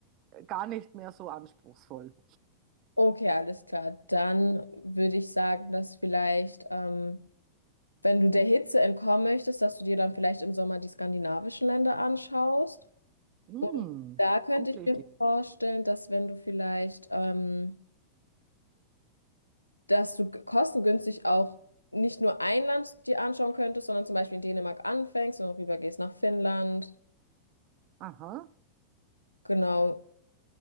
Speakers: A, on the right; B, on the left.
A: gar nicht mehr so anspruchsvoll.
B: <laughs> Okay, alles klar. Dann würde ich sagen, dass vielleicht ähm, wenn du der Hitze entkommen möchtest, dass du dir dann vielleicht im Sommer die skandinavischen Länder anschaust.
A: Hm,
B: Und da könnte
A: gute
B: ich
A: Idee.
B: mir vorstellen, dass wenn du vielleicht, ähm, dass du g- kostengünstig auch nicht nur ein Land dir anschauen könntest, sondern zum Beispiel in Dänemark anfängst und auch rübergehst nach Finnland.
A: Aha,
B: Genau,